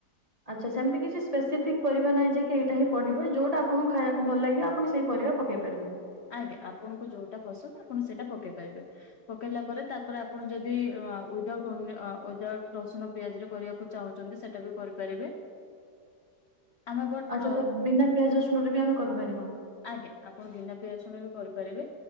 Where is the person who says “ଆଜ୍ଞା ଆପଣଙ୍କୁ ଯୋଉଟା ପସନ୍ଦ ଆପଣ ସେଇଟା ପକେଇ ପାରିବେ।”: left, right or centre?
Left